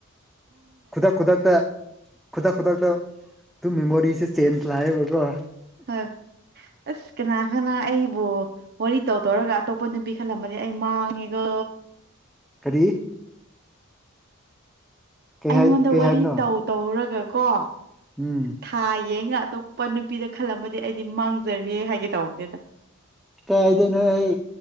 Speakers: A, in the centre; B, on the right (about 50°).
A: ꯈꯨꯗꯛ ꯈꯨꯗꯛꯇ ꯈꯨꯗꯛ ꯈꯨꯗꯛꯇ ꯑꯗꯨ ꯃꯦꯃꯣꯔꯤꯁꯦ ꯆꯦꯟꯖ ꯂꯥꯛꯑꯦꯕꯀꯣ
B: ꯍꯣꯏ ꯑꯁ ꯀꯅꯥ ꯀꯅꯥ ꯑꯩꯕꯨ ꯋꯥꯔꯤ ꯇꯧ ꯇꯧꯔꯒ ꯑꯇꯣꯞꯄ ꯅꯨꯄꯤ ꯈꯜꯂꯝꯃꯗꯤ ꯑꯩ ꯃꯥꯡꯉꯦꯒ
A: ꯀꯔꯤ ꯀꯩ
B: ꯑꯩꯉꯣꯟꯗ
A: ꯍꯥꯏ ꯀꯩ
B: ꯋꯥꯔꯤ
A: ꯍꯥꯏꯕꯅꯣ
B: ꯇꯧ ꯇꯧꯔꯒ ꯀꯣ
A: ꯎꯝ
B: ꯊꯥ ꯌꯦꯡꯒ ꯑꯇꯣꯞꯄ ꯅꯨꯄꯤꯗ ꯈꯜꯂꯝꯃꯗꯤ ꯑꯩꯗꯤ ꯃꯥꯡꯖꯔꯦ ꯍꯥꯏꯒꯦ ꯇꯧꯕꯅꯦ ꯑꯗ
A: ꯀꯥꯏꯗꯩꯏꯅꯣ ꯑꯩ